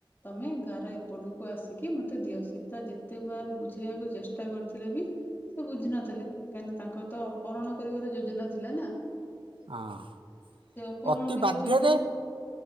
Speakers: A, on the left; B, on the right.
A: ତମେ ଗାାର ଏପଟକୁ ଆସିକି ମତେ ଦିଅ ସୀତା ଯେତେ ବାର ବୁଝେଇବାକୁ ଚେଷ୍ଟା କରିଥିଲେ ବି ସେ ବୁଝିନଥିଲେ କାହିଁକିନା ତାଙ୍କ ତ ଅପହରଣ କରିବାର ଯୋଜନା ଥିଲା ନା।
B: ହଁ
A: ସେ ଅପହରଣ
B: ଅତି
A: କରିବାକୁ
B: ବାଧ୍ୟରେ
A: ଚାହୁଁଥିଲେ